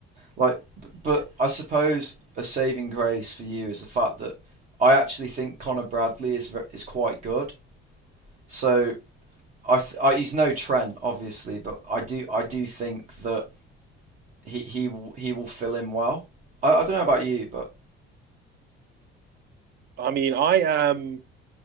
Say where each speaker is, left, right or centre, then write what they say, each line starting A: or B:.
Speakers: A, on the right; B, on the right.
A: like but I suppose a saving grace for you is the fact that I actually think Connor Bradley is is quite good. So I, th- I he's no Trent obviously, but I do I do think that he he will, he will fill in well. I, I don't know about you, but
B: I mean, I am.